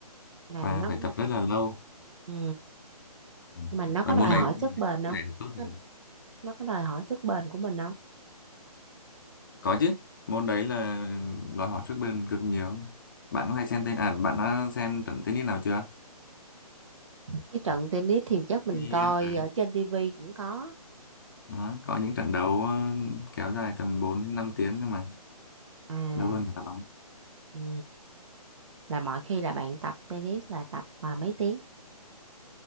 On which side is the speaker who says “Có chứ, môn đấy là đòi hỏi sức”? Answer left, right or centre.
Left